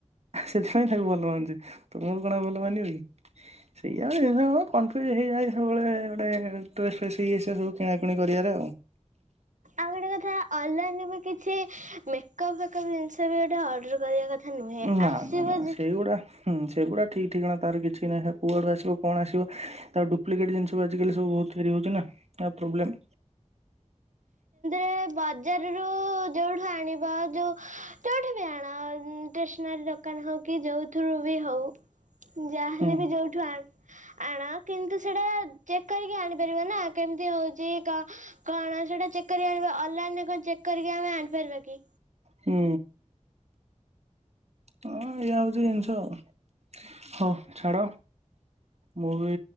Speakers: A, on the right (about 60°); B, on the right (about 80°).
A: ସେଥିପାଇଁ ତାକୁ ଭଲମାନୁଛି ତୁମକୁ କଣ ଆଉ ଭଲମାନିବ କି ସେଇଆଆଉ ଜିନଷ ଆଉ କ କନଫିଉଜ ହେଇଯାଏ ସବୁବେଳେ ଏ ଗୋଟେ ଡ୍ରେସ ଫେସ୍ ଇଏ ସିଏ ସବୁ କିଣାକିିଣି କରିବାରେ।
B: ଆଉଗୋଟେ କଥା ଅନଲାଇନରୁ କିଛି ମେକପ୍ ଫେକପ୍ ସେବି ଗୋଟେ ଅର୍ଡର କରିବା କ କଥା ନୁହେଁ
A: ନା
B: ଆସିବ
A: ନା ନା
B: ଯେ
A: ସେଇଗୁଡା ହୁଁ, ସେଗୁଡ଼ା ଠିକ୍ ଠିକଣା ତାର କିଛିନାହିଁ କୁଆଡୁଆସିବ କଣଆସିବ ତାର ଡୁପ୍ଲିକେଟ୍ ଜିନିଷବି ଆଜିକାଲି ସବୁ ବହୁତ ତିଆରି ହଉଛିନା। ପ୍ରୋବ୍ଲେମ୍
B: ଏ ବଜାରରୁ ଯେଉଠୁଁ ଆଣିବ। ଯୋଉ ଯୋଉଠୁ ବି ଆଣ ଷ୍ଟେସନାରୀ ଦୋକାନ ହଉକି ଯୋଉଥିରୁବି ହଉ ଯାହାହେଲେ
A: ହୁଁ
B: ବି ଯୋଉଠୁ ଆ ଆଣ କିନ୍ତୁ ସେଟା ଚେକ୍ କରିକି ଆଣିପାରିବ ନା କେମିତି ହଉଛି କଣ ସେଟା ଚେକ୍ କରି ଆ ଅନଲାଇନ ରେ କଣ ଚେକ୍ କରିକି ଆମେ ଆଣିପାରିବା କି।
A: ହୁଁ। ହଁ ଏୟା ହଉଛି ଜିନିଷ ଆଉ ହଉ ଛାଡ ମୁଁ ବି